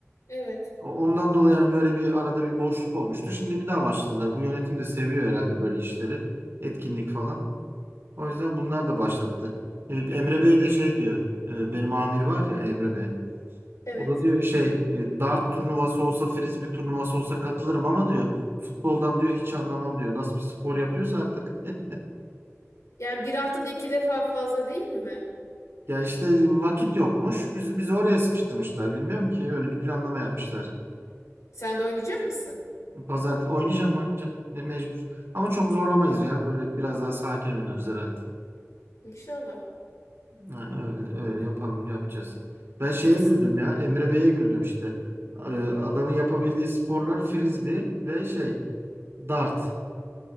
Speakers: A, on the left; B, on the right.
A: Evet.
B: O- Ondan dolayı yani böyle bir arada bir boşluk olmuştu. Şimdi bir daha başladılar. Bu yönetim de seviyor herhalde böyle işleri. Etkinlik falan. O yüzden bunlar da başlattı. E, Emre Bey de şey diyor. e, Benim amir var ya Emre Bey.
A: Evet.
B: O da diyor şey e, dart turnuvası olsa frisbee turnuvası olsa katılırım ama diyor futboldan diyor hiç anlamam diyor. Nasıl bir spor yapıyorsa artık. <laughs>
A: Yani bir haftada iki defa fazla değil mi?
B: Ya işte vakit yokmuş. Biz biz oraya sıkıştırmışlar. Bilmiyorum ki öyle bir planlama yapmışlar.
A: Sen de oynayacak mısın?
B: Pazartesi oynayacağım oynayacağım. Ya mecbur. Ama çok zorlamayız ya. Böyle biraz daha sakin oynarız herhalde.
A: İnşallah.
B: Ha, öyle öyle yapalım yapacağız. Ben şeye
A: İşte s-
B: güldüm ya. Emre Bey'e güldüm işte. Ee, Adamın yapabildiği sporlar frisbee ve şey dart.